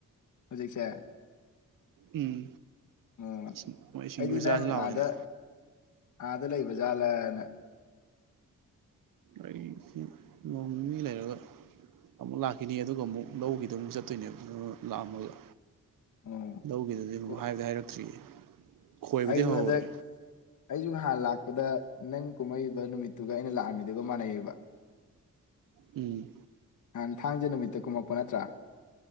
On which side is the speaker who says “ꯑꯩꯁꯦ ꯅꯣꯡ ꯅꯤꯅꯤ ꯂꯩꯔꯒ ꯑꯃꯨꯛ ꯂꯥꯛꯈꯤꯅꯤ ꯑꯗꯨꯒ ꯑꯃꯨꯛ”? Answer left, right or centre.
Right